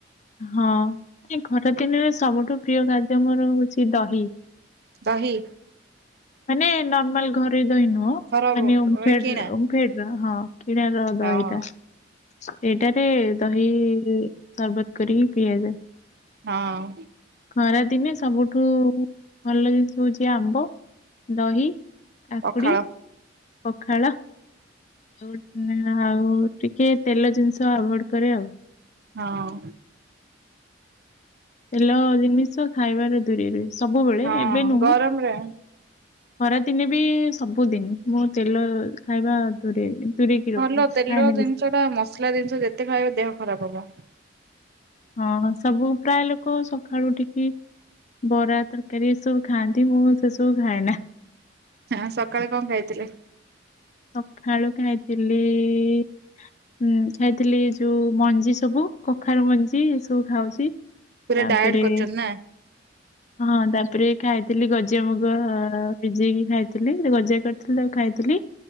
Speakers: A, on the left; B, on the right.
A: ହଁ <unintelligible> ଖରା ଦିନରେ ସବୁଠୁ ପ୍ରିୟ ଖାଦ୍ୟ ମୋର ହଉଚି ଦହି।
B: ଦହି।
A: ମାନେ ନର୍ମାଲ ଘରେ ଦହି ନୁହଁ
B: ଘର
A: ମାନେ ଓମଫେର୍ଡ
B: ଏ କିଣା
A: ଓମ୍ ଫେଡ଼୍ର ହଁ କିଣା ର
B: ହଁ
A: ଦହିଟା। ସେଇଟାରେ ଦହି ସର୍ବତ କରିକି ପିଆଯାଏ।
B: ହଁ।
A: ଖରାଦିନେ ସବୁଠୁ ଭଲ ଜିନ୍ଷ ହଉଚି ଆମ୍ବ। ଦହି କାକୁଡି
B: ପଖାଳ
A: ପଖାଳ ଆଉ ନା ଆଉ ଟିକେ ତେଲ ଜିନିଷ ଆଭଏଡ କରେ ଆଉ।
B: ହଁ।
A: ତେଲ ଜିନିଷ ଖାଇବାରେ ଦୂରେଇ ରୁହେ ସବୁବେଳେ
B: ହଁ
A: ଏବେ ନୁହଁ।
B: ଗରମରେ
A: ଖରାଦିନେ ବି ସବୁଦିନି ମୁଁ ତେଲ ଖାଇବା ଦୂରେଇ ଦୂରେଇକି ରଖେ
B: ଭଲ ତେଲ
A: ଖାଏ ନାଲି।
B: ଜିନିଷ ଟା ମସଲା ଜିନିଷ ଯେତେ ଖାଇବ ଦେହ ଖରାପ ହବ।
A: ହଁ ସବୁ ପ୍ରାୟ ଲୋକ ସକାଳୁ ଉଠିକି ବରା ତରକାରୀ ଏ ସବୁ ଖାଆନ୍ତି ମୁଁ ସେସବୁ ଖାଏ ନା।
B: ହଁ ସକାଳେ କଣ ଖାଇଥିଲେ।
A: ସଖାଳୁ ଖାଇଥିଲି ଇ ହୁଁ ଖାଇଥିଲି ଯୋଉ ମଞ୍ଜି ସବୁ କଖାରୁ ମଞ୍ଜି ଏ ସବୁ ଖାଉଚି। ତାପରେ
B: ପୁରା ଡାଏଟ କରୁଛନ୍ତି ନା
A: ହଁ ତାପରେ ଖାଇଥିଲି ଗଜା ମୁଗ ଭିଜେଇକି ଖାଇଥିଲି ଗଜା କରିଥିଲି ତାକୁ ଖାଇଥିଲି।